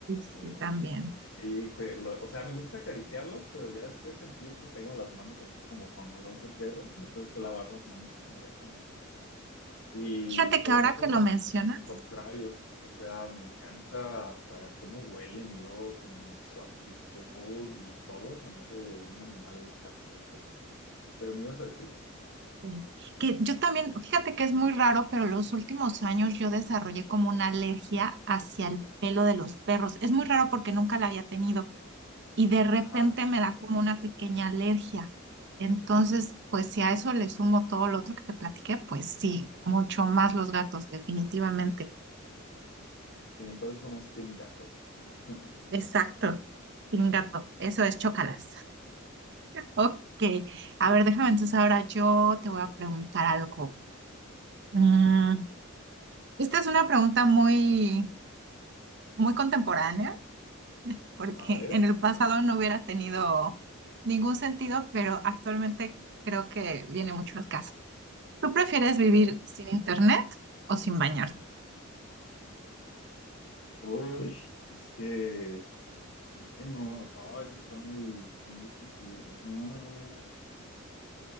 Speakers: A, on the right; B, on the left.
A: sí,
B: eh,
A: también.
B: sí, que lo- o sea, me gusta acariciarlos, pero ya después sentir que tengo las manos así como con olor de perros, me tengo que lavar las manos inmediatamente. Y
A: Fíjate
B: los
A: que ahora
B: gatos
A: que lo
B: al,
A: mencionas,
B: al contrario, o sea, me encanta hasta cómo huelen y luego como su actitud y todo, se me hace un animal casi perfecto. Pero me ibas a decir,
A: Mm. Que yo también, fíjate que es muy raro, pero los últimos años yo desarrollé como una alergia hacia el pelo de los perros. Es muy raro porque nunca la había tenido y de repente
B: ajá,
A: me da como una pequeña alergia. Entonces, pues si a eso le sumo todo lo otro que te platiqué, pues sí, mucho más los gatos, definitivamente.
B: y entonces somos team gato. <laughs>
A: Exacto, sin gato, eso es chócalas. Ok, a ver, déjame entonces ahora yo te voy a preguntar algo. Mm, esta es una pregunta muy muy contemporánea, porque
B: A ver,
A: en el pasado no hubiera tenido ningún sentido, pero actualmente creo que viene mucho al caso. ¿Tú prefieres
B: a
A: vivir
B: ver.
A: sin internet o sin bañarte?
B: Uy, es que, bueno, ah, eso está muy, muy difícil, ¿eh? Ah,